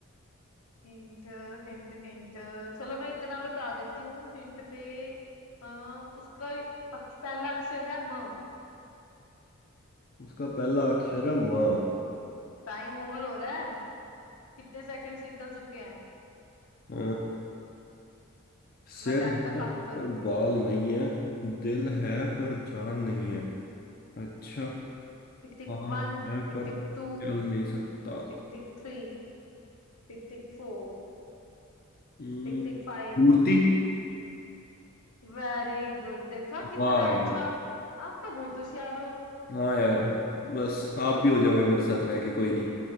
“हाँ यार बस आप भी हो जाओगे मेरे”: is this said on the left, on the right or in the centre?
Left